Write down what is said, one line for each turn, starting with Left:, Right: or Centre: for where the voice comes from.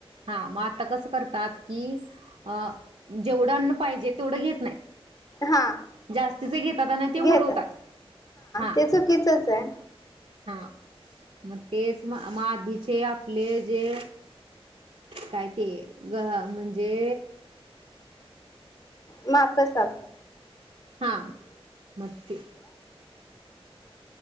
Right: हा मग आता कसं करतात, की अ जेवढं अन्न पाहिजे तेवढं घेत नाहीत.
Left: हा
Right: जास्तीचे घेतात आणि ते उरवतात.
Left: घेत
Right: हा.
Left: ते चुकीचच आहे
Right: हा मग तेच मग आधीचे आपले जे काय ते ग म्हणजे
Left: महाप्रसाद
Right: हा मग ते